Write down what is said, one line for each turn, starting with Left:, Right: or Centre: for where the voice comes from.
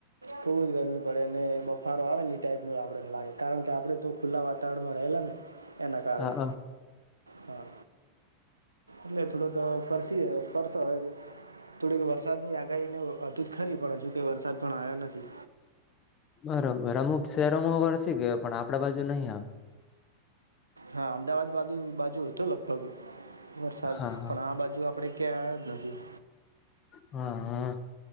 Right: ખુબ જ ગરમી પડે અને બફારો આવે ને એ ટાઈપ ન આપણેને લાગે કારણ કે આપડે તો ખુલ્લા વાતાવરણમાં રહેલા ને એના કારણે,
Left: હા
Right: હા એટલે થોડો તો ફરસી ફરસા હોય થોડીક વરસાદ ની આગાહીને હતું જ ખરી પણ હજુ કે વરસાદ પણ આવ્યો નથી.
Left: બરોબર અમુક શહેરોમાં વરસી ગયો પણ આપડા બાજુ નહીં આવે,
Right: હા અમદાવાદ બાજુ બાજુ હતું લગભગ વરસાદ
Left: હા હા
Right: પણ આ બાજુ આપડે ક એદના છે <inaudible>
Left: હા હા